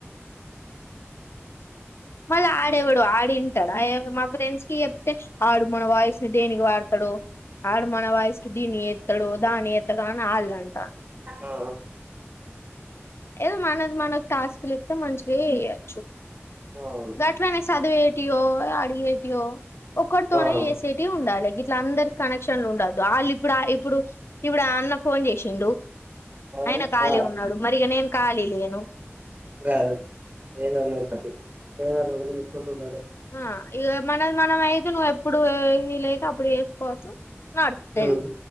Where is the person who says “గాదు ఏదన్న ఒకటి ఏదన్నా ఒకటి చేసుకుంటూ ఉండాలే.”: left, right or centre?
Right